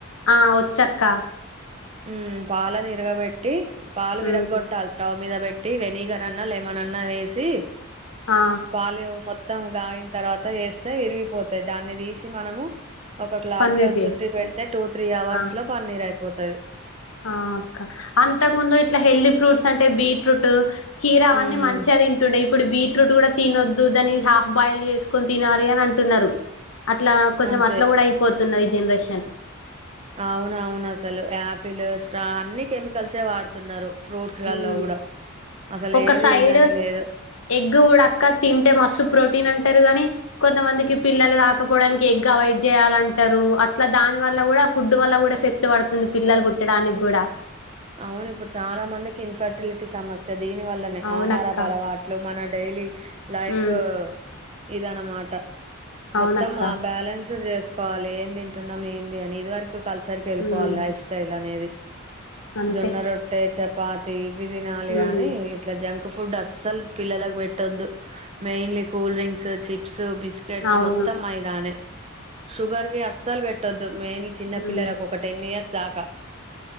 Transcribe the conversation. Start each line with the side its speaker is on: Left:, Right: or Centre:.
Left: ఆ వచ్చక్క
Right: ఉమ్ పాలను ఇరగబెట్టి పాలు విరగ్
Left: ఉమ్
Right: గోట్టాలి స్టవ్ మీద పెట్టి పెట్టి వెనిగర్ అన్నా లెమన్ అన్నా వేసి
Left: ఆ
Right: పాలు మొ మొత్తం గాయిన తర్వాత వేస్తే విరిగిపోతాయి. దాన్ని తీసి మనము ఒక క్లాత్
Left: పన్నీర్
Right: లో
Left: టేస్ట్
Right: చూట్టి పెడితే టూ త్రీ అవర్స్
Left: ఆ
Right: లో పన్నీర్ అయితది. పోతావి.
Left: ఆ అక్క అంతకు ముందు ఇట్లా హెల్దీ ఫ్రూట్స్ అంటే బీట్రూట్ కీరా అవన్నీ
Right: ఉమ్
Left: మంచిగా తింటుండేయి ఇప్పుడు బీట్రూట్ కూడా తినొద్దు దాని హాఫ్ బాయిల్ చేసుకొని తినాలి అని అంటున్నారు అట్లా కొంచెం
Right: అంతే
Left: అట్లా కూడా అయిపోతున్నా జెనరేషన్
Right: అవున అవును అసలు ఆపిల్ స్ట్రా అన్ని కెమికల్సే వాడుతున్నారు ఫ్రూట్స్లలో
Left: ఉమ్
Right: కూడా అసలు
Left: ఒక
Right: ఏది
Left: సైడ్
Right: ఇదని లేదు
Left: ఎగ్ ఉడక తింటే మస్సు ప్రోటీన్ అంట ారు కానీ కొంతమందికి పిల్లలు కాకపోవడానికి ఎగ్ అవాయిడ్ చేయాలంటారు అట్లా దాని వల్ల కూడా ఫుడ్ వల్ల కూడా ఎఫెక్ట్ పడుతుంది పిల్లలు పుట్టడానికి కూడా
Right: అవును ఇప్పుడు చాలా మందికి ఇన్ఫర్టిలిటీ సమస్య దీని వల్లనే
Left: అవునక్క
Right: ఆహార అలవాట్లు మన డైలీ లైఫ్
Left: ఉమ్
Right: ఇదన మాట మొత్తం
Left: అవునక్క
Right: ఆ బాలన్స్ చెస్ కోవాలి ఏం తింటున్నాం ఏంది అని ఇది వరకు కల్చర్ క వెళ్ళిపోవాలి
Left: ఉమ్
Right: లైఫ్ స్టైల్ అనేది
Left: అంతే
Right: జొన్న రొట్ట చ పాతే ఇవి తినాలి
Left: ఉమ్
Right: గాని ఇట్లా జంక్ ఫు ఫుడ్ అస్సలు పిల్లలకు పెట్టొద్దు mainly cool drinks chips biscuits
Left: అవును
Right: మొత్తం మైదానే షుగర్ వి అస్సలు పెట్టద్దు మెయిన్ చిన్న
Left: హ్మ్
Right: పిల్లలకు ఒక టెన్ ఇయర్స్ దాకా